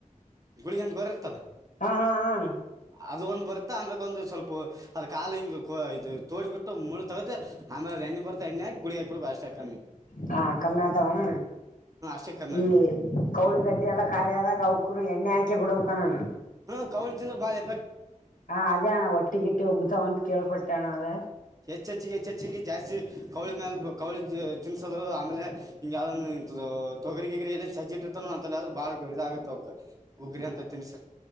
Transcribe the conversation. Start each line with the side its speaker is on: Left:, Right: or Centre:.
Right: ಗುಳಿಗಂತ ಗರಿ ಇರ್ತಾವ.
Left: ಹಾ ಹಾ ಹಣ.
Right: ಅದು ಒಂದು್ ಬರುತ್ತೆ ಅಂದಕ್ಕ ಒಂದು್ ಸ್ವಲ್ಪ ಅದ್ ಕಾ ಹಿಂಗ ಇದು ತೋಡಿಬಿಟ್ಟು ಮುಳೆ ತಗತಿ ಆಮೇಲೆ. ಎ್ಣ ಬರ್ತ ಎ್ಣಯಾಿ ಬಿಡಿಗಾಕ್ ಬಿು ಅಷ್ಟಾಕ್ಕಮ್ಮಿ.
Left: ಹಾ ಕಮ್ಮ್ಯಾತವಾಣ.
Right: ಅಷ್ಟೇ ಕಮ್ಮಿ
Left: ಈ
Right: ಆಗ್ಬಿಡುತ್ತೆ
Left: ಕೌಳಿ ಗದ್ದೆ ಎಲ್ಲ ಖಾಲಿ ಆದಾಗ ಅವಕ ಎಣ್ಣೆ ಹಾಕಿ ಬಿಡ್ಬೇಕ ಕಣೋಣ.
Right: ಹಾ ಕವಳ ತಿಂದ್ರ ಬಾಯ.
Left: ಹಾ ಅದೇಣ ಒಟ್ಟಿಗಿಟ್ಟಿ ಉಬ್ಬತಾವಂತ ಕೇಳಪಟ್ಟಣ ಅದ.
Right: ಹೆಚ್ಚಚ್ಿಗೆ ಹೆಚ್ಚೆಚ್ಿಗೆ ಜಾಸ್ತಿ. ಕೌಳಿ ಮೇಾಲ ಕೌಳಿ ತಿನ್ಸೋದು ಆಮೇಲೆ ಹ ಯಾವ ತೊಗರಿ ಗಗ್ರ ಸಜ್ಜಿ. ಅಂತ ಆದ್ರೂ ಬಾಳ ಇದ ಆಾಗುತ್ತ ಅವ ಹುಗ್ರಿ ಅಂತ ತಿನ್ಸ್ರಿ.